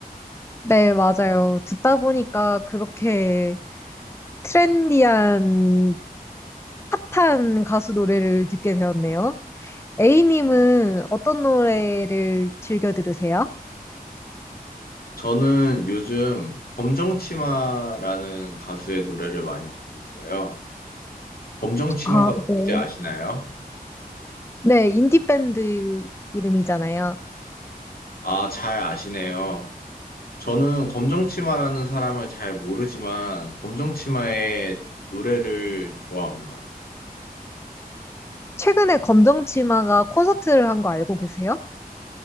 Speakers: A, on the left; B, on the left.
A: 네, 맞아요. 듣다 보니까 그렇게 트렌디한, 핫한 가수 노래를 듣게 되었네요. A님은 어떤 노래를 즐겨 들으세요?
B: 저는 요즘 검정치마라는 가수의 노래를 많이 듣고 있어요. 검정치마가
A: 아, 네.
B: 뭔지 아시나요?
A: 네, 인디밴드 이름이잖아요.
B: 아, 잘 아시네요. 저는 검정치마라는 사람을 잘 모르지만 검정치마의 노래를 좋아합니다.
A: 최근에 검정치마가 콘서트를 한 거 알고 계세요?